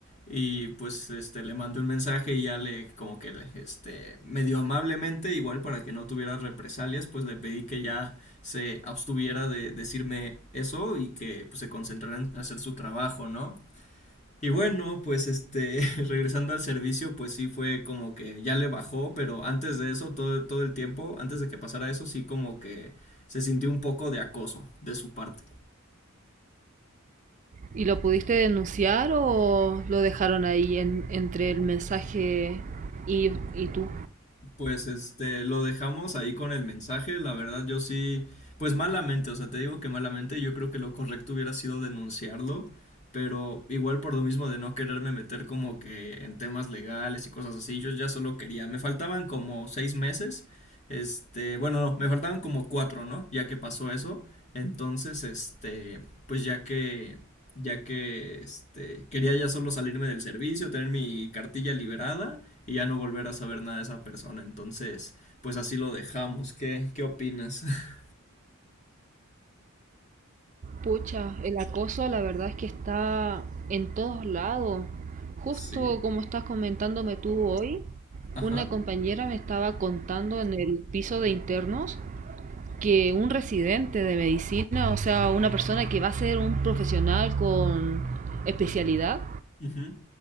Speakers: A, on the left; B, on the right.
A: Y pues este le mandé un mensaje y ya le como que este medio amablemente, igual para que no tuviera represalias, pues le pedí que ya se abstuviera de decirme eso y que pues, se concentrara en hacer su trabajo, ¿no? Y bueno, pues este, <laughs> regresando al servicio, pues sí fue como que ya le bajó, pero antes de eso, todo, todo el tiempo, antes de que pasara eso, sí como que se sintió un poco de acoso de su parte.
B: ¿Y lo pudiste denunciar o lo dejaron ahí en- entre el mensaje y, y tú?
A: pues este, lo dejamos ahí con el mensaje. La verdad, yo sí, pues malamente, o sea, te digo que malamente, yo creo que lo correcto hubiera sido denunciarlo, pero igual por lo mismo de no quererme meter como que en temas legales y cosas así, yo ya solo quería, me faltaban como seis meses, este, bueno, no, me faltaban como cuatro, ¿no? Ya que pasó eso, entonces, este, pues ya que, ya que, este, quería ya solo salirme del servicio, tener mi cartilla liberada y ya no volver a saber nada de esa persona. Entonces, pues así lo dejamos. ¿Qué, qué opinas? <laughs>
B: Pucha, el acoso la verdad es que está en todos lados. Justo
A: Sí.
B: como estás comentándome tú hoy,
A: Ajá.
B: una compañera me estaba contando en el piso de internos que un residente de medicina, o sea, una persona que va a ser un profesional con especialidad,
A: Ujú.